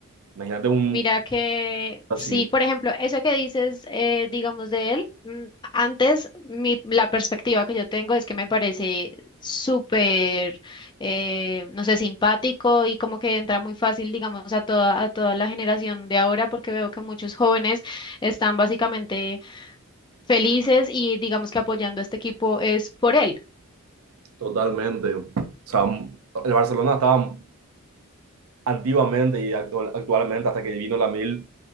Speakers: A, on the right (about 80°); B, on the left (about 20°).
A: Imagínate un
B: Mira que
A: así,
B: sí, por ejemplo, eso que dices, eh, digamos, de él, mm, antes mi, la perspectiva que yo tengo es que me parece súper, eh, no sé, simpático y como que entra muy fácil, digamos, a toda, a toda la generación de ahora, porque veo que muchos jóvenes están básicamente felices y digamos que apoyando a este equipo es por él.
A: totalmente. O sea, el Barcelona estaba antiguamente y actual- actualmente, hasta que vino la mil